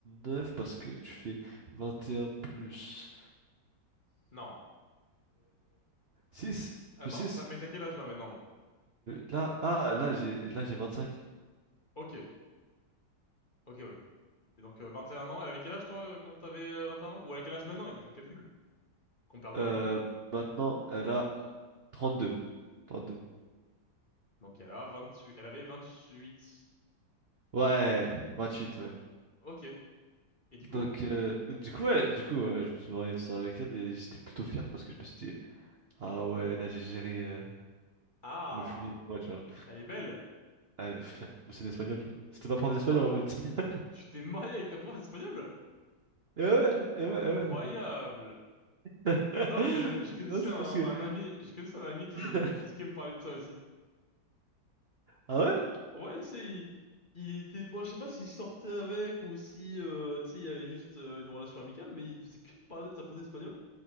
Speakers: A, on the right; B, on the left.
A: neuf parce que tu fais 21 plus
B: Non.
A: 6
B: Attends,
A: plus 6.
B: t'as- mais t'as quel âge là maintenant là?
A: Là, ah, là, j'ai là, j'ai 25.
B: Ok, ok, oui. Et donc, euh, 21 ans. Elle avait quel âge, toi, euh, quand t'avais euh, 21 ans? Ou elle a quel âge maintenant? Et on fait le calcul. Qu'on perde
A: Euh,
B: moins de temps.
A: maintenant, elle a trente deux, trente deux.
B: Donc, elle a 28... Elle avait 28.
A: Ouais, vingt huit ouais.
B: Ok. Et du coup?
A: Donc, euh, du coup, ouais, du coup euh, je me suis marié tout ça avec elle et j'étais plutôt fier parce que je me suis dit, ah ouais, là j'ai géré euh,
B: Ah!
A: le flux bien que moi, tu vois.
B: Elle est belle!
A: Ah, <laughs> pff, mais c'est l'espagnol. C'était ma prof d'espagnol
B: Ah bon?
A: en fait. <laughs>
B: Tu t'es marié avec ta prof d'espagnol?
A: Et ouais, et
B: Incroyable!
A: ouais, et ouais.
B: Putain, je, je
A: <laughs>
B: connaissais
A: Non, c'est
B: un,
A: particulier.
B: un ami, je connaissais un ami qui,
A: <laughs>
B: qui faisait que me parler de ça aussi.
A: Ah ouais?
B: Ouais, tu sais, il, il était, bon, je sais pas s'il sortait avec ou si, euh, tu sais, il y avait juste euh, une relation amicale, mais il faisait que me parler de sa prof d'espagnol